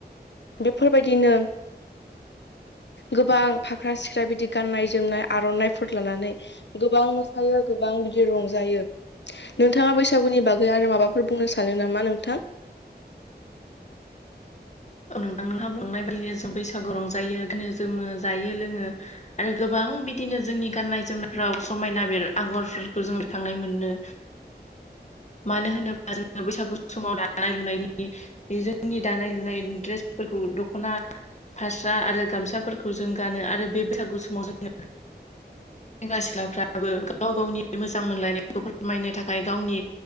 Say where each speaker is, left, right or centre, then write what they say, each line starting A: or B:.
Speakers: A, on the left (about 90°); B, on the left (about 40°).
A: बेफोरबायदिनो गोबां फाख्रा सिख्रा बिदि गाननाय जोमनाय आर'नाइफोर लानानै गोबां मोसायो गोबां बिदि रंजायो नोंथाङा बैसागुनि बागै आरो माबा फोर बुंनो सानो नामा नोंथां?
B: औ नोंथां नोंहा बुंंनाय बेनोों बैसागु रंजायो गोनो जोमो जायो लोङो आरो गोबां बिदिनो जोंनि गाननाय जोमनायफ्राव समायना बेर आगरफोरखौ जों ररखांनाय मोनो मानो होनोब्ला जोङो बैसागु समाव दानाय लुनायनि जोंनि दानाय लुनाय द्रेसफोरखौ दख'ना फास्रा आरो गामसाफोरखौ जों गानो आरो बे बैसागु समाव जोङो सेंग्रा सिख्लाफ्राबो गाव गावनि मोजां मोनलायनायखौ फोरमायनो थाखाय गावनि